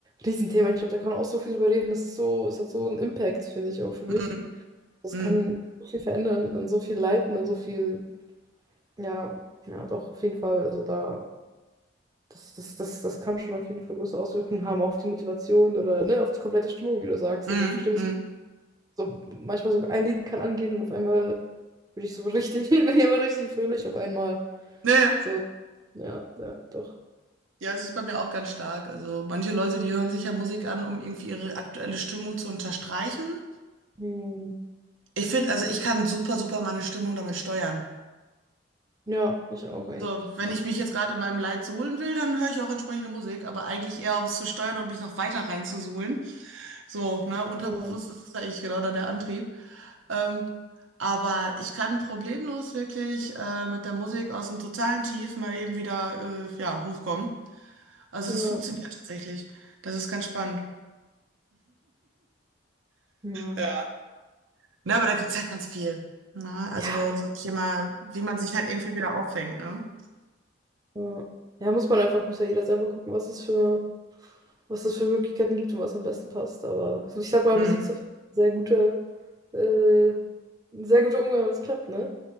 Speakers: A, on the right; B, on the right.
A: Riesenthema. Ich glaube, da kann man auch so viel drüber reden. Das ist so, es hat so einen Impact, finde ich, auch für mich.
B: Mhm.
A: Das
B: Mhm.
A: kann so viel verändern und so viel leiten und so viel, ja, ja, doch, auf jeden Fall. Also da Das, das, das, das kann schon auf jeden Fall große Auswirkungen haben auf die Motivation oder ne, auf die komplette Stimmung, wie du sagst.
B: Mhm.
A: Also ich verstehe das
B: Mhm.
A: so, manchmal so ein Lied kann angehen und auf einmal bin ich so richtig, <laughs> bin ich aber richtig fröhlich auf einmal.
B: Naja. Ja,
A: So, ja, ja, doch.
B: Ja, es ist bei mir auch ganz stark. Also manche Leute, die hören sich ja Musik an, um irgendwie ihre aktuelle Stimmung zu unterstreichen.
A: Hm.
B: Ich finde, also ich kann super, super meine Stimmung damit steuern.
A: Ja, ich auch eigentlich.
B: Also, wenn
A: Ja.
B: ich mich jetzt gerade in meinem Leid suhlen will, dann höre ich auch entsprechende Musik, aber eigentlich eher, um es zu steuern und mich noch weiter reinzusuhlen. So, ne, unterbewusst
A: Ja,
B: ist das eigentlich genau da der Antrieb. Ähm, aber ich kann problemlos wirklich äh, mit der Musik aus dem totalen Tief mal eben wieder äh, ja, hochkommen. Also
A: ja,
B: das funktioniert tatsächlich. Das ist ganz spannend.
A: ja.
B: Ja. Ne, aber da gibt es halt ganz viel. Ne? Also
A: Ja,
B: so Thema, wie man sich halt irgendwie wieder auffängt, ne?
A: ja, Ja, muss man einfach, muss ja jeder selber gucken, was es für, was es für Möglichkeiten gibt und was am besten passt. Aber also ich sag mal,
B: Hm,
A: Musik ist auf jeden Fall ein sehr guter, äh, ein sehr guter Umgang, wenn es klappt, ne?